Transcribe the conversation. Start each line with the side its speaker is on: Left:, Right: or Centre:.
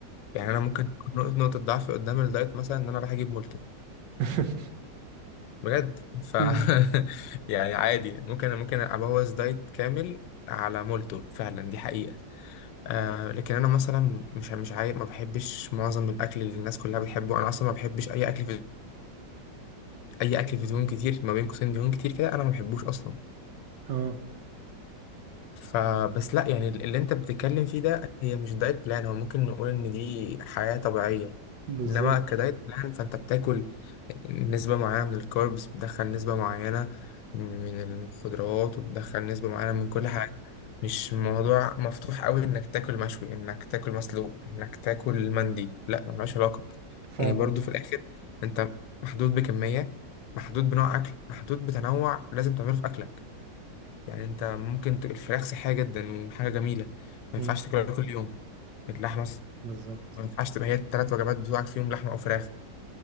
Left: يعني انا ممكن تكون نقطه نقطة ضعفي قدام الدايت مثلا ان انا بحجب مولتو
Right: <laughs>
Left: بجد ف
Right: مم.
Left: <laughs> يعني عادي ممكن ممكن ابوظ دايت كامل على مولتو فعلا دي حقيقه آه لكن انا مثلا مش مش عاي... ما بحبش معظم الاكل اللي الناس كلها بتحبه انا اصلا ما بحبش اي اكل في... اي اكل في دهون كتير ما بين قوسين دهون كتير كده انا ما بحبوش اصلا
Right: اه
Left: فبس لا يعني اللي انت بتتكلم فيه ده هي مش دايت بلان هو ممكن نقول ان دي حياة طبيعية
Right: بالظبط
Left: انما كدايت بلان فانت بتاكل نسبة معينة من الكاربس بتدخل نسبة معينة من الخضروات وبتدخل نسبة معينة من كل حاجة مش موضوع مفتوح قوي انك تاكل مشوي انك تاكل مسلوق انك تاكل مندي لا ملهاش علاقة
Right: فاهمك
Left: يعني برضو في الاخر انت محدود بكمية محدود بنوع اكل محدود بتنوع لازم تعمله في اكلك يعني انت ممكن ت- الفراخ صحية جدا وحاجة جميلة ما ينفعش
Right: مم،
Left: تاكلها كل يوم اللحمة
Right: بالظبط
Left: ما ينفعش تبقى هي التلات وجبات بتوعك فيهم لحمة او فراخ